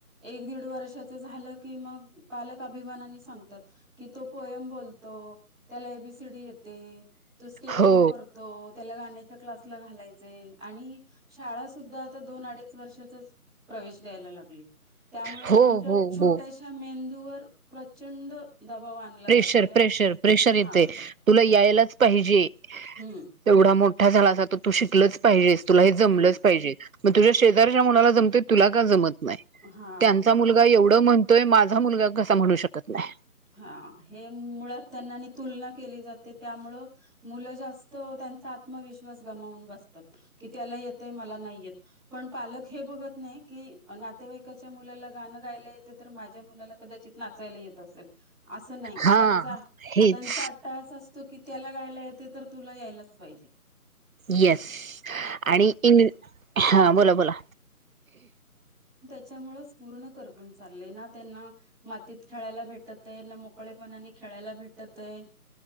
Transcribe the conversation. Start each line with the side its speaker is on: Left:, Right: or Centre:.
Centre: एक दीड वर्षाच झालं की मग पालक अभिमानाने सांगतात की तो पोएम बोलतो त्याला एबीसीडी येते तो स्केटिंग
Right: हो
Centre: करतो त्याला गाण्याच्या क्लास घालायच आणि शाळा सुद्धा आता दोन अडीच वर्षाचच प्रवेश द्यायला लागले त्यामुळे
Right: हो
Centre: त्यांच्या
Right: हो
Centre: छोट्याशा
Right: हो
Centre: मेंदूवर प्रचंड दबाव आणला
Right: प्रेशर
Centre: जातोय आणि
Right: प्रेशर प्रेशर येते
Centre: हा
Right: तुला यायलाच पाहिजे
Centre: हम्म
Right: तेवढा मोठा झाला अस तर तू शिकलच पाहिजेस तुला हे जमलंच
Centre: हम्म
Right: पाहिजे मग तुझ्या शेजारच्या मुलाला जमत तुला जमत नाही
Centre: हा
Right: त्यांचा
Centre: हे मेन
Right: मुलगा
Centre: असं
Right: एवढं म्हणतोय माझा मुलगा कसा म्हणू शकत नाही.
Centre: हा हे मुळात त्यांना तुलना केली जाते त्यामुळं मुलं जास्त त्यांचा आत्मविश्वास गमावून बसतात की त्याला येतय मला नाही येत. पण पालक हे बघत नाही की नातेवाईकाच्या मुलाला गाणं गायला येते तर माझ्या मुलाला क नाचायला येत असेल असं नाही
Right: हा
Centre: त्यांचा
Right: हेच
Centre: त्यांचा अट्टा अस असतो की त्याला गायला येतं तर तुला यायलाच पाहिजे
Right: येस आणि इन ह बोला बोला
Centre: याच्या मुळे च पूर्ण करपूण चालय ना त्यांना मातीत खेळायला भेट भेटत आहे ना मोकळेपणाने खेळायला भेटत आहे.